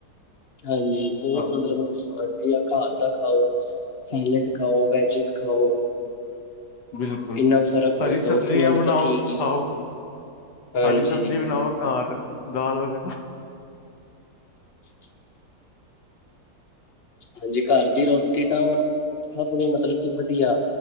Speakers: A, on the left (about 40°); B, on the left (about 80°).
A: ਹਾਂਜੀ,
B: ਆਹੋ
A: ਬਹੁਤ ਮਤਲਬ ਨੁਕਸ ਜਾਂ ਘਰ ਦਾ ਖਾਓ, ਸੈਲਡ ਖਾਓ, ਵੈਜਿਸ ਖਾਓ
B: ਬਿਲਕੁਲ
A: ਇੰਨਾ ਫ਼ਰਕ ਹੋਏਗਾ
B: ਹਰੀ ਸਬਜ਼ੀਆਂ
A: ਉਸ ਨਾਲੋਂ
B: ਬਣਾਓ
A: ਤਾਂ ਠੀਕ ਹੀ
B: ਖਾਓ
A: ਹੈ ਹਾਂਜੀ
B: ਹਰੀ ਸਬਜ਼ੀ ਬਣਾਓ, ਘਰ ਦਾਲ ਵਗੈਰਾ
A: <inaudible> ਹਾਂਜੀ, ਘਰ ਦੀ ਰੋਟੀ ਤਾਂ ਸਭ ਨੂੰ ਮਤਲਬ ਕੀ ਵਧੀਆ,